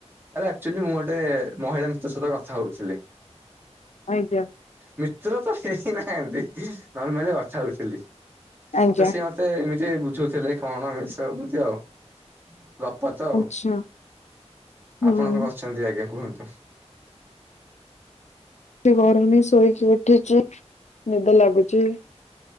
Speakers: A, on the right (about 20°); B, on the left (about 80°).
A: ଆରେ ଆକଚୁଲି ମୁଁ ଗୋଟେ ମହିଳା ମିତ୍ର ସହିତ କଥା ହଉଥିଲି।
B: ଆଜ୍ଞା।
A: ମିତ୍ର ତ ହେଇନାହାନ୍ତି ନର୍ମାଲି କଥା ହଉଥିଲି
B: ଆଜ୍ଞା
A: ତ ସିଏ ମତେ ମତେ ଏମିତି ବୁଝୋଉଥିଲେ କଣ ଏମିତି ସବୁ ଏମିତି ଆଉ। ଗପ ତ
B: ଆଚ୍ଛା ହୁଁ
A: ଆପଣ କଅ କରଛନ୍ତି ଆଜ୍ଞା କୁହନ୍ତୁ।
B: ଗରମ ନାଇ ଶୋଇକି ଉଠିଚି ନିଦ ଲାଗୁଛି।